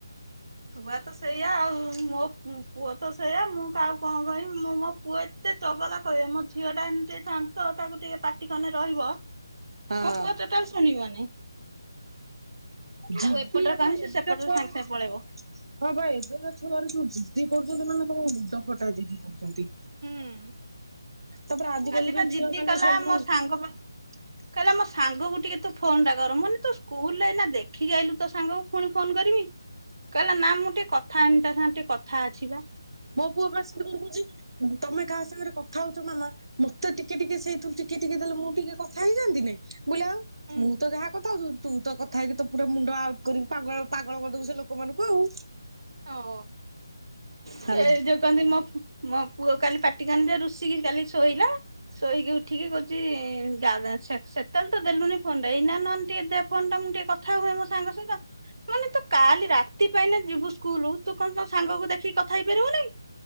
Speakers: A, on the right; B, on the right.
A: ଛୁଆ ତ ସେଇଆ ଆଉ ମୋ ପୁ ପୁଅ ତ ସେଇଆ ମୁଁ କହାକୁ କଣ କହିବି ମୁଁ ମୋ ପୁଅ ଏତେ ଚଗଲା କହିଵା ର ନାହିଁ ମୋ ଝିଅ ଟା ଏମିତି ଶାନ୍ତ ତାକୁ ଟିକେ ପାଟି କନେ ରହିବ ମୋ
B: ହଁ
A: ପୁଅ ତ ଟ ଶୁଣିବନି।
B: ଯିଦି
A: ତାକୁ ଏପଟରେ
B: ଏବେ
A: କହିମି ସେ
B: ଏବେକା
A: ସେପଟରେ
B: ଛୁଆର
A: ସାଙ୍ଗେ ସାଙ୍ଗେ
B: ଯି
A: ପଳେଇବ।
B: ହଁ ବା ଏବେକା ଛୁଆ ଉରା ଯୋଉ ଯିଦି କରୁଛନ୍ତି ମାନେ ତମ ମୁଣ୍ଡ ଫଟା ଯିଦି କରୁଛନ୍ତି।
A: ହଁ।
B: ତାପରେ ଆଜିକାଲି
A: କାଲି
B: ଯୋଉ
A: ବା ଜିଦି
B: ଛୁଆ ମାନେ
A: କଲା
B: ସବୁ
A: ମୋ ସାଙ୍ଗ ପା କଇଲା ମୋ ସାଙ୍ଗକୁ ଟିକେ ତୁ ଫୋନ ଟା କର ମୁଁ କନି ତୁ ସ୍କୁଲରେ ଏଇନା ଦେଖିକି ଆଇଲୁ ତୋ ସାଙ୍ଗକୁ ପୁଣି ଫୋନ କରିବି କହିଲା ନା ମୁଁ ଟିକେ କଥା ହେମି ତା ସାଙ୍ଗରେ ଟିକେ କଥା ଅଛିିବା।
B: ମୋ ପୁଅ ବା ସେମିତି କହୁଛି କହୁଚି ତମେ କାହା ସାଙ୍ଗରେ କଥା ହଉଛ ମାମା ମତେ ଟିକେ ଟିକେ ସେଇଥିରୁ ଟିକେ ଟିକେ ଦେଲେ ମୁଁ ଟିକେ କଥା ହେଇଯାଆନ୍ତି ନାଇ। ମୁଁ କଲି ଆଉ
A: ହୁଁ
B: ମୁଁ ତ ଯାହା କଥା ହଉଚି ହ ତୁ ତ କଥା ହେଇକି ତ ପୁରା ମୁଣ୍ଡ ଆଉଟ କରିକି ପ ପାଗଳ କରିଦବୁ ସେ ଲୋକମାନଙ୍କୁ ଆଉ।
A: ହ
B: ହେଲା
A: ସେ ଯୋଉ କନ୍ତି ମୋ ମୋ ପୁଅ କାଲି ପାଟି କନି ଯେ ରୁଷିକି କାଲି ଶୋଇଲା। ଶୋଇକି ଉଠିକି କହୁଛି ଜା ଜା ସେ ସେ ସେତେବେଳେ ତ ଦେଲୁନି ଫୋନ୍ଟା ଏଇନା ନହେନେ ଟିକି ଦେ ଫୋନ୍ ଟା ମୁଁ ଟିକେ କଥା ହୁଏ ମୋ ସାଙ୍ଗ ସହିତ ମାନେ ତ କାଲି ରାତି ପାଇନେ ଯିବୁ ଷ୍କୁ ସ୍କୁଲୁ ତୁ କଣ ତ ସାଙ୍ଗକୁ ଦେଖିକି କଥା ହେଇପାରିବୁନେଇ।